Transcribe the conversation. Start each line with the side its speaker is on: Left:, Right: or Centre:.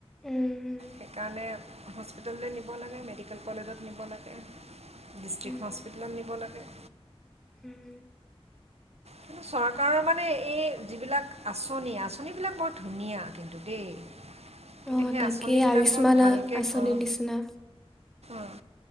Centre: উম
Right: সেইকাৰণে হস্পিটেললৈ নিব লাগে মেডিকেল কলেজত নিব লাগে ডিষ্ট্ৰিক্
Centre: উম
Right: হস্পিটেলত নিব লাগে
Centre: উম
Right: কিন্তু চৰকাৰৰ মানে এই যিবিলাক আঁচনি <unintelligible> বিলাক বৰ ধুনীয়া কিন্তু দেই কিন্তু
Centre: অহ
Right: সেই
Centre: তাকেই
Right: আঁচনিবিলাকত
Centre: আয়ুস্মান
Right: ভালকৈ
Centre: আঁচনিৰ
Right: অঁ
Centre: নিচিনা
Right: অঁ